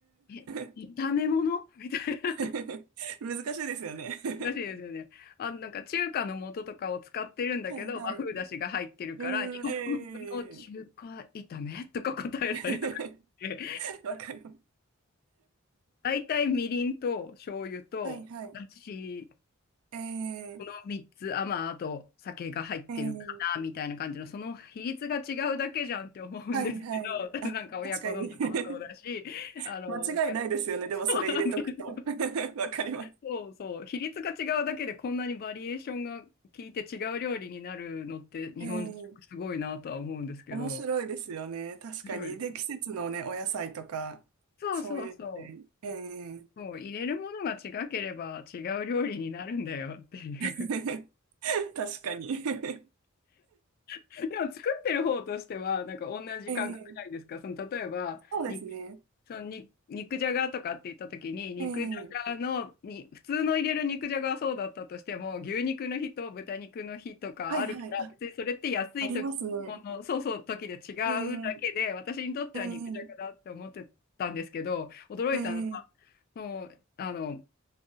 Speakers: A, on the left; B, on the right.
A: え、
B: ーん
A: 炒め物みたいな。
B: <laughs> 難しいですよね。
A: 難しいですよね。
B: <laughs>
A: あ、なんか中華の素とかを使ってるんだけど、
B: はいはい。
A: 和風だしが入ってるから、
B: うーん、
A: 日本風の中華炒めとか答えたりとかして。
B: ええ <laughs> わかります。
A: 大体みりんと醤油とだし、
B: はいはい。ええ
A: この3つ、あ、まあ、あと酒が入ってるかな、
B: ええ
A: みたいな感じの、その比率が違うだけじゃんって思うんですけ
B: はいはい。あ、
A: ど、<laughs> なんか親子丼とかもそうだし、
B: 確かに。<laughs>
A: あの、
B: 間違いないですよね。
A: ねそうなんです。
B: でもそれ入れとくと。<laughs> わかります。
A: そうそう、比率が違うだけでこんなにバリエーションが効いて違う料理になるのって日本食すごいなとは思うんですけど、
B: ええ面白いですよね。確かに。
A: 面白いです。
B: で、季節のね、お野菜とか、
A: そうそうそう。
B: そういうので、ええ
A: そう入れるものが違ければ違う料理になるんだよっていう。
B: <laughs> 確かに <laughs>
A: <laughs> でも作ってる方としては、なんか同じ感覚ないですかその例えば、
B: ええそうですね。
A: 肉、そのに肉じゃがとかって言った時に、肉じゃがのに、
B: ええ
A: 普通の入れる肉じゃがはそうだったとしても、牛肉の日と豚肉の日とかあるから、
B: はいはい。あ、
A: 別にそれって安い時もの、
B: ありますね。
A: そうそう時で違うだけで、
B: ええ
A: 私にとっては肉じゃがだって思ってたんですけど、
B: ええ
A: 驚いたのは、
B: え
A: もう、あの、